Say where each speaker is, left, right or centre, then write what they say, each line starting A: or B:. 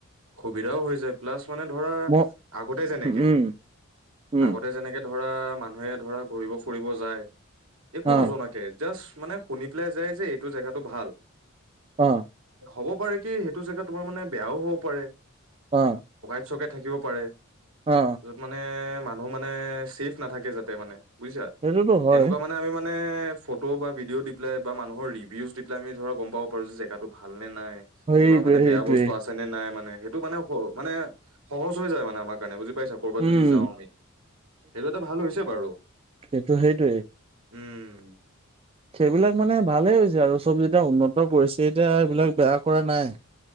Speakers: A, on the right; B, on the right.
A: সুবিধাও হৈ যায়, প্লাছ মানে ধৰা
B: ম
A: আগতে যেনেকে
B: উম উম
A: আগতে যেনেকে ধৰা মানুহে ধৰা ঘূৰিব ফুৰিব যায় একো
B: অ
A: নজনাকে জাষ্ট মানে শুনি পেলাই যায় যে এইটো জেগাটো ভাল।
B: অ।
A: হ'ব পাৰে কি সেইটো জেগাত তোমাৰ মানে বেয়াও হ'ব পাৰে।
B: অ।
A: উসকে থাকিব পাৰে,
B: অ
A: য'ত মানে মানুহ মানে ছেফ নাথাকে যাতে মানে। বুজিছা
B: সেইটোতো হয়
A: তেনেকুৱা মানে আমি মান- মানে ফটো বা ভিডিঅ' দি পেলাই বা মানুহৰ ৰিউজ দি পেলাই আমি ধৰা গম পাব পাৰো যে জেগাটো ভাল নে- নাই।
B: সেইটোৱে
A: কিবা মানে
B: সেইটোৱে
A: বেয়া বস্তু আছে নে নাই। মানে সেইটো মানে মানে সহজ হৈ যায় মানে আমাৰ কাৰণে বুজি- পাইছা কৰ'বাত
B: উম
A: যদি যাওঁ আমি, সেইটো এটা ভাল হৈছে বাৰু।
B: সেইটো সেইটোৱে
A: উম।
B: সেইবিলাক মানে ভালেই হৈছে আৰু চব যেতিয়া উন্নত কৰিছে এতিয়া এইবিলাক বেয়া কৰা নাই।